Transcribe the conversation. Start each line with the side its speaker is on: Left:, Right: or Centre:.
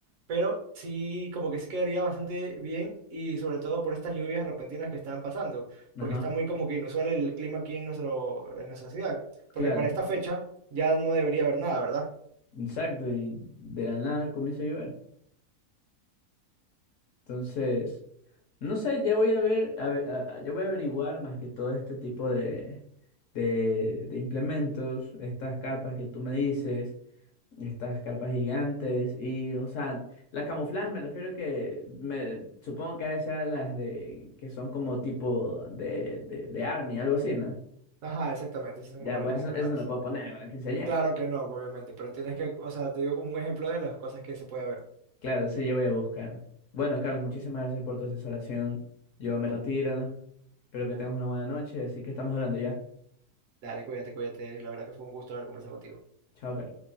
Right: pero sí, como que sí quedaría bastante bien y sobre todo por estas lluvias repentinas que están pasando, porque
Left: Ajá,
Right: está muy como que inusual el clima aquí en nuestro, en nuestra ciudad porque
Left: claro,
Right: para esta fecha ya no debería haber nada, ¿verdad?
Left: exacto, y de la nada comienza a llover. Entonces... No sé, ya voy a ver, a ve- a- a- ya voy a averiguar más que todo este tipo de, de, de implementos, estas carpas que tú me dices, estas carpas gigantes, y, o sea, la camuflaje me refiero que me supongo que a veces sean las de que son como tipo de, de, de army, algo así, ¿no?
Right: Ajá, exactamente, esas son
Left: Ya,
Right: como
Left: pues
Right: las camufladas.
Left: eso, eso no lo puedo poner en la quinceañera.
Right: Claro que no, obviamente, pero tienes que, o sea, te digo como un ejemplo de las cosas que se puede ver.
Left: Claro, sí, yo voy a buscar. Bueno, Carlos, muchísimas gracias por tu asesoración. Yo me retiro. Espero que tengas una buena noche, así que estamos hablando ya.
Right: Dale, cuídate, cuídate, la verdad que fue un gusto haber conversado contigo.
Left: Chao, Carlos.